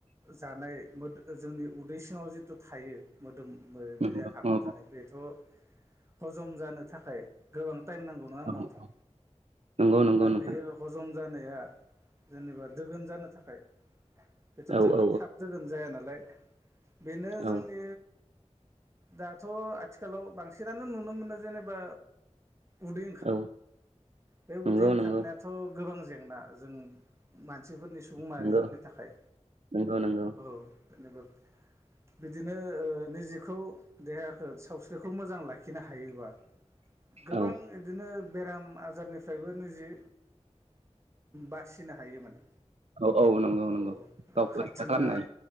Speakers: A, on the right; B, on the right.
A: जानाय जोंनि उदै सिङाव जिथु थायो मोदोमजों
B: नंगौ नंगौ
A: हाबना थानाय बेथ' हजम जानो थाखाय गोबांथाइम नङा
B: नंगौ
A: होनबा नोंथां
B: नंगौ नंगौ
A: दा
B: नोंथां
A: बे लखौ जों जानाया जेनेबा दोगोन जानो थाखाय बेथ'
B: औ
A: दोग
B: औ
A: थाब दोगोनो जाया नालाय बेनो
B: औ
A: जोंनि दाथ' आथिखालाव बांसिनानो नुनो मोनो जेनेबा उदै
B: औ
A: बे
B: नंगौ
A: उदै ओंखारनायाथ'
B: नंगौ
A: गोबां जेंना जों मानसिफोरनि सुबुं माहारिफोरनि
B: नंगौ
A: थाखाय
B: नंगौ नंगौ
A: औ जेनेबा बिदिनो ओ निजेखौ देहाखौ सावस्रिखौ मोजां लाखिनो हायोबा गोबां
B: औ
A: गोबां बेराम आजारनिफ्रायबो निजे बासिनो हायो माने
B: औ औ नंगौ
A: औ
B: नंगौ
A: औ बे
B: गावखौ
A: खारथिंनाय
B: रैखा खालामनो